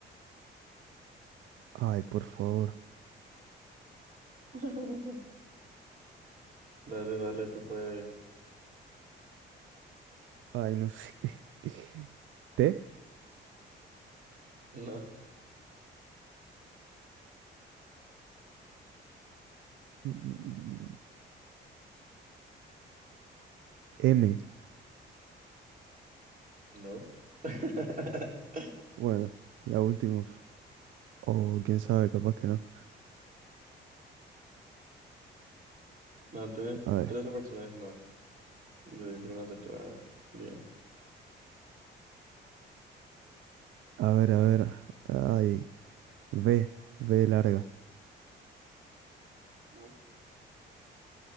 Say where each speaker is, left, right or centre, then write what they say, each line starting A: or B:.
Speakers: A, on the right; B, on the right.
A: Ay, por favor.
B: <laughs> Dale, dale, tú puedes.
A: Ay, no sé. <laughs> T,
B: No.
A: Mm, mm, mm, M.
B: No. <laughs>
A: Bueno, la última. O quién sabe, capaz que no.
B: No, tienes
A: A ver,
B: tres oportunidades más de decir una letra bien.
A: a ver, a ver. Ay, B, B larga.
B: No.